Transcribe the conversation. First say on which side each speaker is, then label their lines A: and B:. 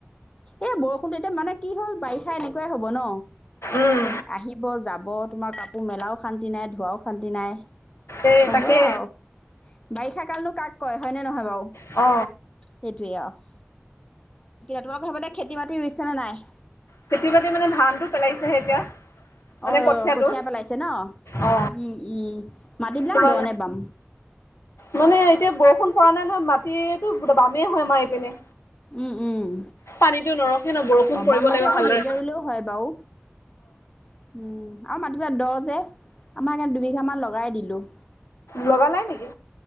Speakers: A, on the left; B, on the left.
A: এ বৰষুণটো এতিয়া মানে কি হ'ল বাৰিষা এনেকুৱাই হ'ব ন।
B: উম
A: আহিব, যাব। তোমাৰ কাপোৰ মেলাও শান্তি নাই, ধোৱাও শান্তি নাই।
B: এই
A: হবয়ে
B: তাকে
A: আৰু বাৰিষা কালনো কাক কয় হয়নে নহয় বাৰু?
B: অ
A: সেইটোৱে অহ আৰু তোমাক খেতি বাতি ৰুইছে নে নাই?
B: খেতি বাতি মানে ধানটো পেলাইছেহে এতিয়া। মানে
A: অ'
B: কঠীয়াটো
A: কঠীয়া পেলাইছে ন'
B: অ
A: উম উম, মাটি বিলাক
B: তোমাল
A: দ' নে বাম?
B: মানে এতিয়া বৰষুণ পৰা নাই নহয় মাটি এতো বামেই হয় আমাৰ পিনে।
A: উম উম।
B: পানীটো নৰখে ন' বৰষুণ
A: অ'
B: পৰিব
A: বাম মাটি
B: লাগিব
A: অকণ
B: ভালদৰে।
A: দেৰিকৈ ৰুলেও হয় বাৰু উম আৰু মাটি বিলাক দ' যে আমাৰ ইয়াত দুবিঘামান লগাই দিলো।
B: লগালাই নেকি?